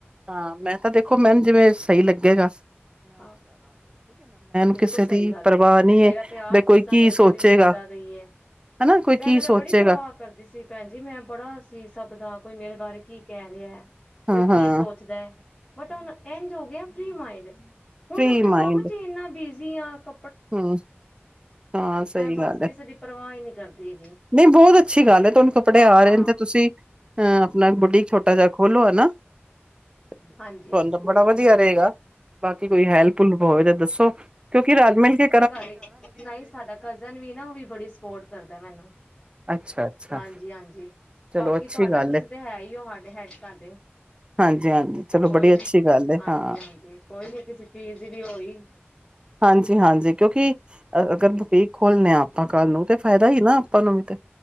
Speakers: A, on the right; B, on the left.
A: ਹਾਂ ਮੈਂ ਤਾਂ ਦੇਖੋ ਮੈਨੂੰ ਜਿਵੇਂ ਸਹੀ ਲੱਗ ਗਸ
B: ਹਾਂ ਬਿਲਕੁਲ
A: ਕਿਸੇ
B: ਸਹੀ
A: ਦੀ
B: ਗੱਲ
A: ਪਰਵਾਹ ਨਹੀਂ
B: ਮੇਰਾ
A: ਹੈ
B: ਤੇ ਆਪ
A: ਬ
B: ਖੁਦ
A: ਕੋਈ
B: ਦਾ
A: ਕੀ
B: ਨੇਚਰ
A: ਸੋਚੇਗਾ
B: ਵੀ ਇਏਦਾਂ ਦਾ ਹੀ ਹੈ
A: ਹਨਾ ਕੋਈ
B: ਪਹਿਲੇ
A: ਕੀ ਸੋਚੇਗਾ
B: ਮੈਂ ਬੜੀ ਪਰਵਾਹ ਕਰਦੀ ਸੀ ਭੈਣ ਜੀ ਮੈਂ ਬੜਾ ਸੀ ਸਭ ਦਾ ਕੋਈ ਮੇਰੇ ਬਾਰੇ ਕੀ ਕਹਿ ਰਿਹਾ ਕੋਈ
A: ਹਾਂ ਹਾਂ
B: ਕੀ ਸੋਚਦਾ ਹੈ ਬਟ ਹੁਣ ਇੰਝ ਹੋ ਗਿਆ ਫਰੀ ਮਾਈਡ ਹੁਣ
A: ਫ੍ਰਰੀ
B: ਆਪਣੇ
A: ਮਾਇੰਡ
B: ਕੰਮ ਚ ਇੰਨਾ ਬੀਜ ਜੀ ਹ ਕ
A: ਹਮ ਹਾਂ ਸਹੀ
B: ਬਸ
A: ਗੱਲ ਹੈ
B: ਕਿਸੇ ਦੀ ਪਰਵਾਹ ਹੀ ਨਹੀਂ ਕਰਦੀ ਹੈਗੀ
A: ਨਹੀਂ ਬਹੁਤ ਅੱਛੀ ਗੱਲ ਹੈ ਤੁਹਾਨੂੰ ਕੱਪੜੇ
B: ਹਾਂ
A: ਆ ਰਹੇ ਨੇ ਤੇ ਤੁਸੀਂ ਅਹ ਆਪਣਾ ਛੋਟਾ ਜਿਹਾ ਖੋਲੋ ਹੈ ਨਾ ਤੁਹਦ
B: ਹਾਂਜੀ ਹਾਂਜੀ
A: ਬੜਾ ਵਧੀਆ ਰਹੇਗਾ ਬਾਕੀ ਕੋਈ ਹੈਲਪੁਲ ਹੋਵੇ ਤਾਂ ਦੱਸੋ ਕਿਉਂਕਿ ਰਾਜਮੇ ਹੀ
B: ਗ ਨਹੀਂ ਸਾਡਾ ਕਜਨ ਵੀ ਨਾ ਉਹ ਵੀ ਬੜੀ ਸਪੋਰਟ ਕਰਦਾ ਮੈਨੂੰ
A: ਅੱਛਾ ਅੱਛਾ
B: ਹਾਂਜੀ ਹਾਂਜੀ
A: ਚਲੋ
B: ਬਾਕੀ
A: ਅੱਛੀ
B: ਤੁਹਾਡਾ
A: ਗੱਲ
B: ਤੁਸੀਂ ਤੇ ਹੈ ਹੀ ਹੋਡ ਹੈਡ ਤੁਡੇ
A: ਹਾਂਜੀ ਹਾਂਜੀ ਚਲੋ
B: ਓਹੀ
A: ਬੜੀ ਅੱਛੀ ਗੱਲ ਹੈ
B: ਹਾਂਜੀ
A: ਹਾਂ
B: ਹਾਂਜੀ ਕੋਈ ਨੀ ਕਿਸੇ ਚੀਜ਼ ਦੀ ਵੀ ਹੋਈ
A: ਹਾਂਜੀ ਹਾਂਜੀ ਕਿਉਂਕਿ ਅਗਰ ਬਕੀਕ ਖੋਲਣੇ ਆ ਆਪਾਂ ਘਰ ਨੂੰ ਤੇ ਫਾਇਦਾ ਹੀ ਨਾ ਆਪਾਂ ਨੂੰ ਵੀ ਤੇ